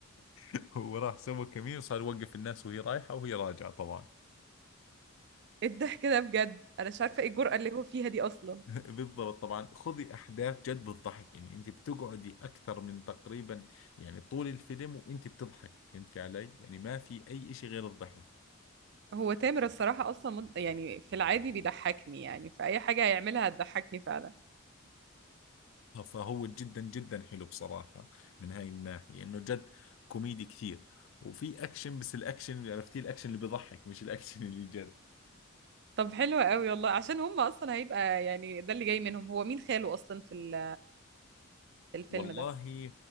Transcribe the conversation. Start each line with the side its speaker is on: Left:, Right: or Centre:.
Left: <laughs> هو راح سوى كمين وصار يوقف الناس وهي رايحة وهي راجعة طبعا
Right: إيه الضحك ده بجد أنا مش عارفة إيه الجرأة اللي هو فيها دي أصلا
Left: <laughs> بالضبط طبعا خذي احداث جد بتضحك يعني انت بتقعدي اكثر من تقريبا يعني طول الفيلم وانت بتضحكي فهمتي علي يعني ما في اي اشي غير الضحك
Right: هو تامر الصراحة أصلا مد... يعني في العادي بيضحكني يعني فأي حاجة هيعملها هتضحكني فعلا
Left: فهو جدا جدا حلو بصراحة من هاي الناحية انه جد كوميدي كثير وفي اكشن بس الاكشن عرفتي الاكشن اللي بضحك مش الاكشن اللي جد
Right: طب حلو قوي والله عشان هم أصلا هيبقى يعني ده اللي جاي منهم هو مين خاله أصلا في ال- في الفيلم
Left: والله
Right: ده